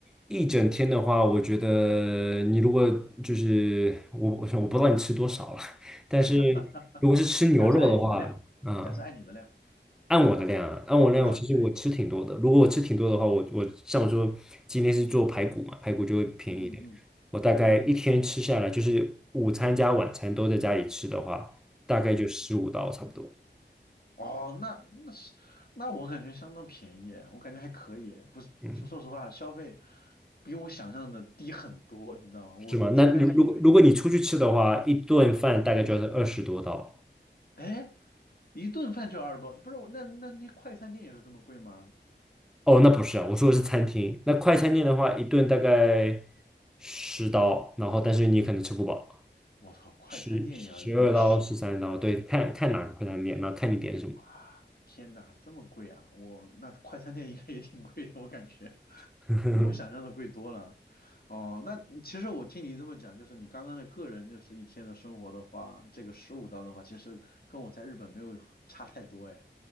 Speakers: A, in the centre; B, on the left.
A: 一整天的话，我觉得你如果就是我，我我不知道你吃多少了，<laughs> 但是
B: <laughs>
A: 如果是吃牛肉的话，
B: 假设按你的量，
A: 嗯，
B: 假设按你的量，
A: 按我的量啊，按我量，
B: 嗯，
A: 我其实我吃挺多的。
B: 对，
A: 如果我吃挺多的话，我我像我说今天是做排骨嘛，排骨就会便宜一点。
B: 嗯嗯嗯。
A: 我大概一天吃下来，
B: 嗯
A: 就是午餐加晚餐都在家里吃的话，大概就十五刀差不多。
B: 嗯，哦，那那是那我感觉相当便宜耶我感觉还可以，不是，
A: 嗯，
B: 说说实话，消费比我想象的低很多，你知道吗？我我最开始以为，
A: 是吗？那如如果如果你出去吃的话，一顿饭大概就要是二十多刀。
B: 哎，一顿饭就二十多，不是，我那那那快餐店也是这么贵吗？
A: 哦，那不是啊，我说的是餐厅。那快餐店的话，一顿大概十刀，然后但是你可能吃不饱，
B: 我操，快餐店也要一顿十，
A: 十十二刀、十三刀，对，看看哪个快餐店，然后看你点什么，
B: 哇，天呐，这么贵啊！我那快餐店应该也挺贵的，我感觉。
A: <laughs>
B: 比我想象的贵多了。哦，那其实我听你这么讲，就是你刚刚的个人就是一天的生活的话，这个十五刀的话，其实跟我在日本没有差太多哎。